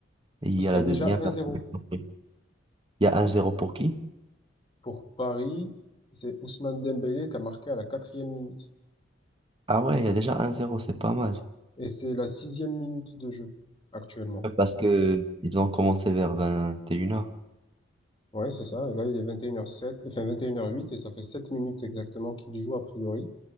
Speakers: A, on the right; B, on the left.
A: Il
B: parce
A: y
B: qu'il
A: a la
B: y a
A: deuxième.
B: déjà un
A: la-
B: zéro
A: Il y a un zéro pour qui?
B: Pour Paris, c'est Ousmane Dembélé qui a marqué à la quatrième minute.
A: Ah ouais, il y a déjà un zéro, c'est pas mal.
B: Et c'est la sixième minute de jeu, actuellement.
A: Parce que ils ont commencé vers 21 heures.
B: Ouais, c'est ça. Et là, il est vingt et une heures sept, enfin vingt et une heures huit et ça fait 7 minutes exactement qu'il y joue a priori.